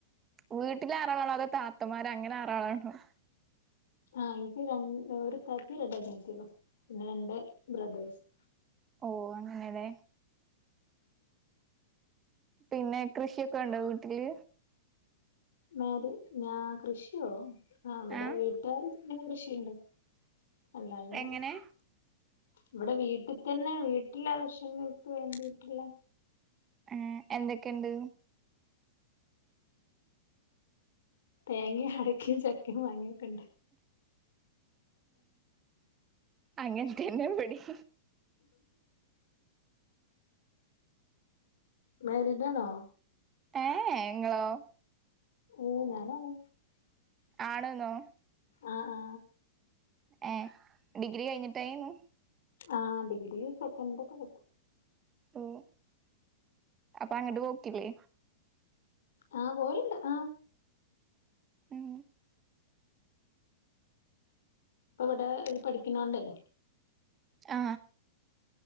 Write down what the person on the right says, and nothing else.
വീട്ടിൽ ആറാളാണോ അതോ താത്തമാര് അങ്ങനെ ആറാളാണോ
ഓ അങ്ങനെല്ലെ പിന്നെ കൃഷിയൊക്കെ ഉണ്ടോ വീട്ടില്
ആഹ്
<inaudible>
എങ്ങനെ
ആ എന്തൊക്കെയുണ്ട്
അങ്ങനെ തന്നെ ഇവടിം
ഏ എ നിങ്ങളോ
ആണ്ന്നോ
ഏ ഡിഗ്രി കഴിഞ്ഞിട്ടായിരുന്നു
ഓ അപ്പൊ അങ്ങോട്ട് പോക്കില്ലേ
ഉം
ആ